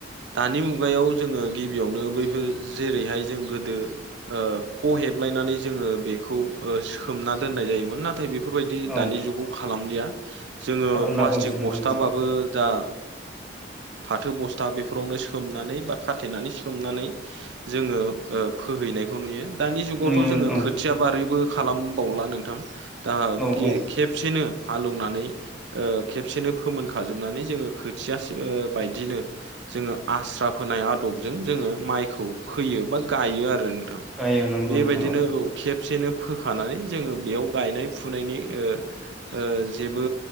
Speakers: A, on the right (about 65°); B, in the centre.
A: दानि मुगायाव जोङो गिबियावनो बैफोर जेरैहाय जों गोदो ओ ख हेबलायनानै जोङो बेखौ ओ सोमना दोननाय जायोमोन नाथाय बेफोरबायदि
B: औ
A: दानि जुगाव खालामलिया जोङो
B: खालामला
A: प्लास्टिक
B: औ नंगौ
A: बस्थाबाबो
B: नोंथां
A: दा फाथो बस्था बेफोरावनो सोमनानै बा खाथेनानै सोमनानै जोङो ओ फोहैनायखौ नुयो दानि जुगावथ'
B: नुयोमोन
A: जोङो
B: औ
A: खोथिया बारिबो खालामबावला नोंथां दा
B: औ
A: गे
B: औ
A: खेबसेनो हालेवनानै ओ खेबसेनो फोमोनखाजोबनानै जोङो खोथियासे ओ बायदिनो जोङो आस्रा फोनाय आदबजों जोङो माइखौ फोयो बा गायो आरो नोंथां
B: गायो नंगौ
A: बेबायदिनो
B: नोंथां
A: औ खेबसेनो फोखानानै जोङो बेयाव गायनाय फुनायनि ओ ओ जेबो